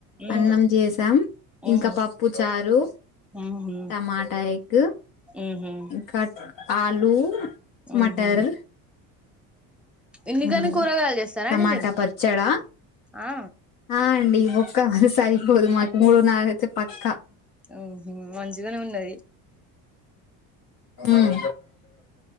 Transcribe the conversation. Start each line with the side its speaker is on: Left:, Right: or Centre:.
Centre: ఉమ్
Left: అన్నం చేసాం,
Centre: ఉమ్
Left: ఇంకా పప్పు చారు,
Centre: ఉహు
Left: టమాటా ఎగ్
Centre: ఉహు
Left: ఇంకా ఆలూ
Centre: ఉహు
Left: మటర్
Centre: ఎన్నికని
Left: హ్మ్
Centre: కూరగాయలు చేస్తారా
Left: టమాటా
Centre: అండి మీరు
Left: పచ్చడా
Centre: ఆ
Left: ఆ అండి ఈ ఒక్క సరిపోదు మాకు మూడునాలయితే పక్
Centre: ఆహ మంచిగానే ఉన్నది
Left: హ్మ్